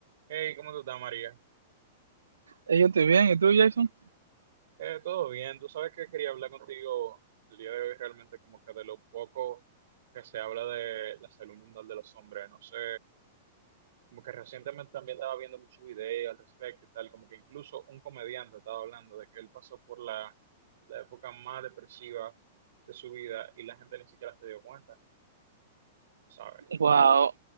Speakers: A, on the right; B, on the right.
A: Hey, ¿cómo tú estás, María?
B: Eh, Yo estoy bien, ¿y tú, Jason?
A: Eh, todo bien. Tú sabes que quería hablar contigo el día de hoy realmente como que de lo poco que se habla de la salud mental de los hombres. No sé, como que recientemente también estaba viendo muchos videos al respecto y tal, como que incluso un comediante estaba hablando de que él pasó por la, la época más depresiva de su vida y la gente ni siquiera se dio cuenta, ¿sabes?
B: Wow,